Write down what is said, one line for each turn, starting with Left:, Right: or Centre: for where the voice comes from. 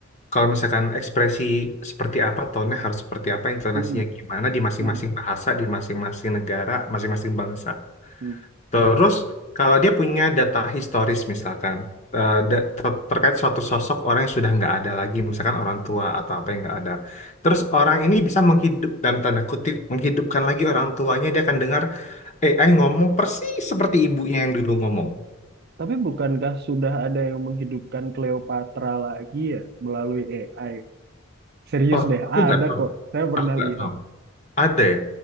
Left: Kalau misalkan ekspresi seperti apa, tone harus seperti apa, intonasinya
Right: <laughs> Mm-mm,
Left: gimana di masing-masing
Right: mm-mm,
Left: bahasa, di masing-masing negara, masing-masing bangsa.
Right: mm.
Left: Terus kalau dia punya data historis misalkan eh, da- ter- terkait suatu sosok orang yang sudah nggak ada lagi, misalkan orang tua atau apa yang nggak ada. Terus orang ini bisa menghidup dalam tanda kutip menghidupkan lagi orang tuanya, dia akan dengar AI ngomong persis seperti ibunya yang dulu ngomong.
Right: Tapi bukankah sudah ada yang menghidupkan Cleopatra lagi ya melalui AI? Serius
Left: Oh,
Right: deh,
Left: aku
Right: ada
Left: nggak tahu,
Right: kok. Saya pernah
Left: aku nggak
Right: lihat.
Left: tahu. Ada ya?